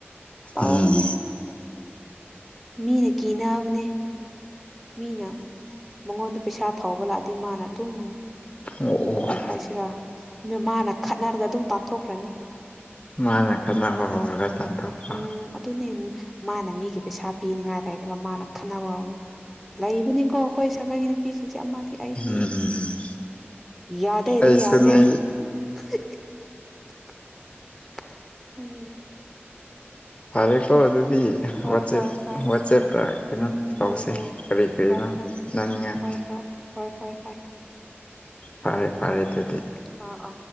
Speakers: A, in the centre; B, on the left (about 25°).
A: ꯇꯧꯕꯅꯦ
B: ꯎꯝ
A: ꯃꯤꯅ ꯀꯤꯅꯕꯅꯦ ꯃꯤꯅ ꯃꯉꯣꯟꯗ ꯄꯩꯁꯥ ꯊꯧꯕ ꯂꯥꯛꯑꯗꯤ ꯃꯥꯅ ꯑꯗꯨꯝ
B: ꯑꯣ ꯑꯣ
A: ꯀꯔꯤ ꯍꯥꯏꯁꯤꯔꯥ ꯃꯥꯅ ꯈꯠꯅꯔꯒ ꯑꯗꯨꯝ ꯇꯥꯟꯊꯣꯛꯈ꯭ꯔꯅꯤ
B: ꯅꯪꯅ ꯈꯠꯅꯕ ꯍꯧꯔꯒ ꯇꯥꯟꯊꯣꯛꯄ
A: ꯎꯝ ꯑꯗꯨꯅꯦ ꯃꯥꯅ ꯃꯤꯒꯤ ꯄꯩꯁꯥ ꯄꯤꯅꯤꯉꯥꯏ ꯂꯩꯔꯒ ꯃꯥꯅ ꯈꯟꯅꯕ ꯂꯩꯕꯅꯤꯀꯣ ꯑꯩꯈꯣꯏ ꯁꯥꯒꯩꯒꯤ ꯅꯨꯄꯤꯁꯤꯡꯁꯦ ꯑꯃꯗꯤ ꯑꯩꯁꯨꯅꯦ
B: ꯎꯝ
A: ꯌꯥꯗꯦꯗꯤ
B: ꯑꯩꯁꯨꯅꯦ
A: ꯌꯥꯗꯦ <unintelligible>
B: ꯐꯔꯦ ꯀꯣ ꯑꯗꯨ ꯗꯤ
A: ꯍꯣꯏ
B: ꯋꯥꯆꯦꯞ
A: ꯍꯣꯏ ꯍꯣꯏ
B: ꯋꯥꯆꯦꯞꯇ ꯀꯩꯅꯣ ꯇꯧꯕꯁꯦ
A: ꯎꯝ ꯎꯝ
B: ꯀꯔꯤ ꯀꯔꯤꯅꯣ
A: ꯍꯣꯏ ꯍꯣꯏ
B: ꯍꯣꯠꯅꯅꯤꯡꯉꯥꯏ
A: ꯍꯣꯏ ꯍꯣꯏ ꯍꯣꯏ
B: ꯐꯔꯦ
A: ꯎꯝ ꯎꯝ
B: ꯐꯔꯦ ꯑꯗꯨꯗꯤ
A: ꯑꯥ ꯑꯥ